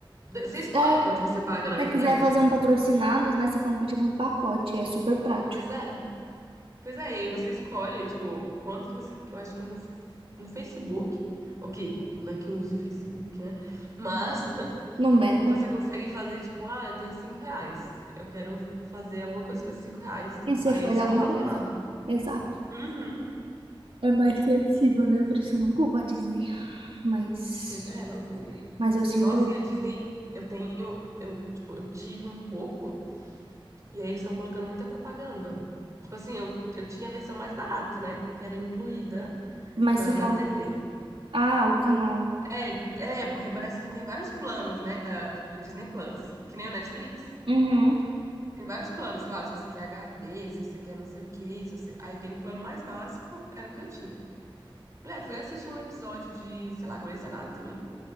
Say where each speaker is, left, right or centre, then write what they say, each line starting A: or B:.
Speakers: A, on the right; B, on the right.
A: de- Você escolhe
B: é,
A: quanto você paga, na
B: você
A: verdade.
B: quiser fazer um patrocinados, né? Você compra tipo um pacote, é super prático.
A: Pois é. Pois é, e aí você escolhe, tipo, quanto que você. Eu acho que no, no Facebook. Ok, não é que eu use Facebook, né? Mas
B: No Meta.
A: você consegue fazer, tipo, ah, eu tenho cinco reais. Eu quero fazer alguma coisa com esses cinco reais.
B: E você
A: Aí
B: faz
A: eles
B: alguma
A: colocam
B: coisa.
A: lá.
B: Exato.
A: Uhum.
B: É mais flexível, né? Por isso eu não culpo a Disney. Mas,
A: Pois é, não culpo.
B: mas eu sinto.
A: Nossa, e a Disney, eu tenho, eu, tipo, eu tive um pouco, e aí eles estão colocando muita propaganda. Tipo assim, eu, eu tinha a versão mais barata, né? Porque era incluída
B: Mas
A: na,
B: você fala.
A: na TV.
B: Ah, o canal.
A: É, é, porque parece que tem vários planos, né, da, do Disney Plus. Que nem o Netflix.
B: Uhum.
A: Tem vários planos, sei lá, se você quer HD, se você quer não sei o quê, se você... Aí tem o plano mais básico, era o que eu tinha. Mulher, fui assistir um episódio de, sei lá, Grey's Anatomy.